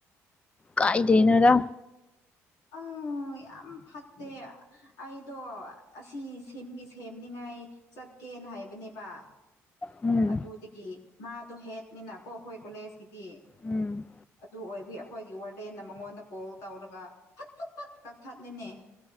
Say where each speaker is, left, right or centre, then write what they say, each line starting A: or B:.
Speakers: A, on the left; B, on the left.
A: ꯀꯥꯏꯗꯩꯅꯣꯗꯥ
B: ꯑꯪ ꯑꯣ ꯌꯥꯝ ꯐꯠꯇꯦ ꯑꯩꯗꯣ ꯑꯁꯤ ꯁꯦꯝꯒꯤ ꯁꯦꯝꯅꯤꯡꯉꯥꯏ ꯆꯠ ꯀꯦꯅ ꯍꯥꯏꯕꯅꯦꯕ
A: ꯎꯝ
B: ꯑꯗꯨꯗꯒꯤ ꯃꯥꯗꯣ ꯍꯦꯠꯅꯤꯅ ꯀꯣ ꯑꯈꯣꯏ ꯀꯣꯂꯦꯖꯀꯤ ꯗꯤ
A: ꯎꯝ
B: ꯑꯗꯨ ꯑꯣꯏꯕꯩ ꯑꯈꯣꯏꯒꯤ ꯋꯥꯔꯗꯦꯟꯅ ꯃꯉꯣꯟꯗ ꯀꯣꯜ ꯇꯧꯔꯒ ꯀꯛꯊꯠꯂꯤꯅꯦ